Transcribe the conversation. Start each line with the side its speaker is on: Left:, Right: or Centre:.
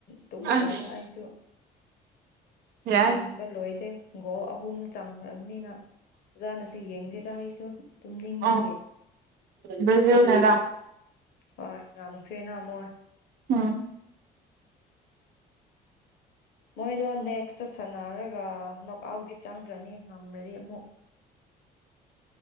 Left: ꯇꯨꯝꯈ꯭ꯔꯕ
Right: ꯑꯁ
Left: ꯑꯩꯁꯨ
Right: ꯌꯥꯏ
Left: ꯌꯦꯕ ꯂꯣ ꯏꯗꯦ ꯒꯣ ꯑꯍꯨꯝ ꯆꯥꯡꯈ꯭ꯔꯕꯅꯤꯅ ꯑꯣꯖꯥꯅꯁꯨ ꯌꯦꯡꯗꯦꯗꯥ ꯑꯩꯁꯨ ꯇꯨꯝꯅꯤꯡꯕꯤꯒꯦ
Right: ꯑꯣ ꯕ꯭ꯔꯥꯖꯤꯜꯅꯔ
Left: ꯍꯣꯏ ꯉꯝꯈꯔꯤꯅꯥ ꯑꯃ ꯑꯣꯏ
Right: ꯎꯝ
Left: ꯃꯣꯏꯗꯣ ꯅꯦꯛꯁꯇ ꯁꯥꯟꯅꯔꯒ ꯅꯣꯛ ꯑꯥꯎꯠꯤ ꯆꯪꯈ꯭ꯔꯅꯤ ꯉꯝꯂꯗꯤ ꯑꯃꯨꯛ